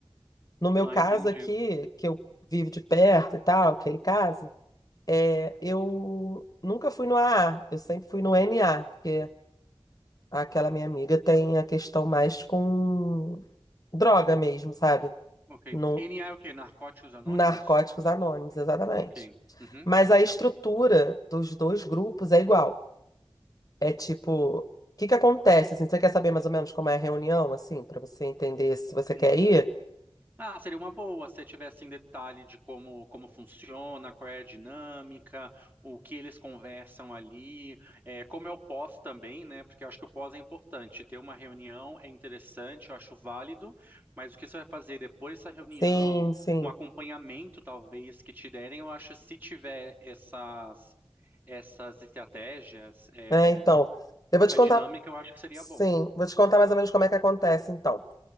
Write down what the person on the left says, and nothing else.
No meu
caso
aqui, que eu vivo de perto e tal, aquele caso, é, eu nunca fui no AA, eu sempre fui no NA, porque aquela minha amiga tem a questão mais com droga mesmo, sabe?
no
Narcóticos Anônimos, exatamente.
Mas a estrutura dos dois grupos é igual. É tipo, o que que acontece? Assim, você quer saber mais ou menos como é a reunião, assim, pra você entender se você
quer ir?
Sim, sim.
É, então, eu
vou te contar.
Sim,
vou te contar mais ou menos como é que acontece, então.